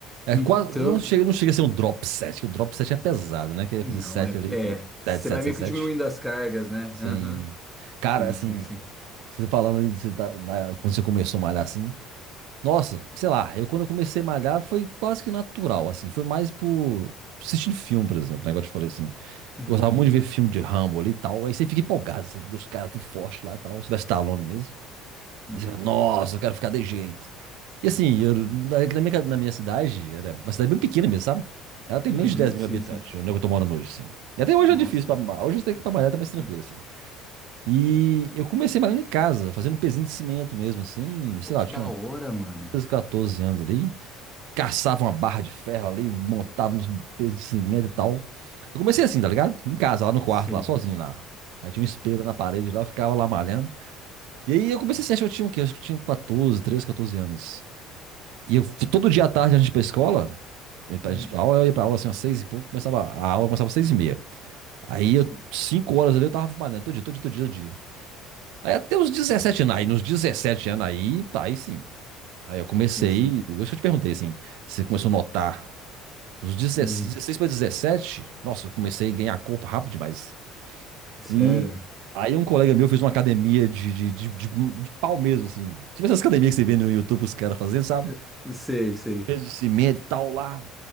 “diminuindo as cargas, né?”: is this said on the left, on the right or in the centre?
Centre